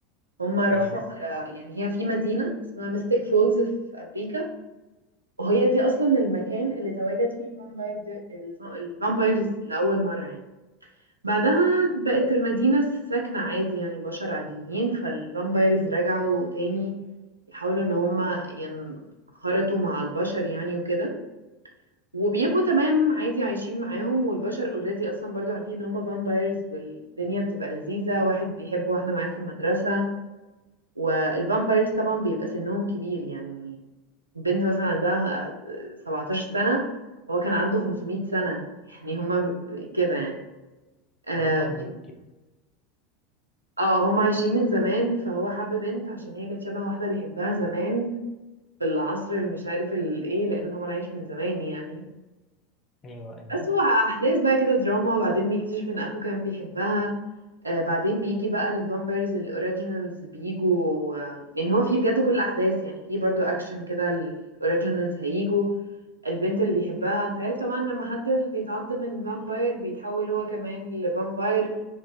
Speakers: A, on the right; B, on the left.
A: هما راحوا
B: ايوه
A: على يعني هي في مدينة اسمها ميستيك فولز في أمريكا وهي دي أصلا المكان اللي تواجد فيه الفامباير ده الف- الفامبايرز لأول مرة يعني بعدها بقت المدينة ساكنة عادي يعني بشر عاديين فالفامبايرز رجعوا تاني يحاولوا إن هما ينخرطوا مع البشر يعني وكده وبيبقوا تمام عادي عايشين معاهم والبشر اوريدي اصلا برضو عارفين ان هما فامبايرز والدنيا بتبقى لذيذة واحد بيحب واحدة معاه في المدرسة والفامبايرز طبعا بيبقى سنهم كبير يعني بنت مثلا عندها آه، 17 سنة هو كان عنده 500 سنة يعني هما ب- ب- كده يعني اه
B: رقم ك...
A: آه، هما عايشين من زمان فهو حب بنت عشان هي كانت شبه واحدة بيحبها زمان في العصر اللي مش عارف الايه لانه طبعا عايش من زمان يعني
B: ايوه ايوه
A: أسوأ أحداث بقى كده دراما بعدين بيكتشف إن أخوه كان بيحبها آه بعدين بيجي بقى الفامبرز الأوريجينالز بيجوا آه يعني هو فيه بجد كل الأحداث يعني فيه برضو أكشن كده الأوريجينالز هيجوا البنت اللي بيحبها أنت عارف طبعا لما حد بيتعض من فامباير بيتحول هو كمان لفامباير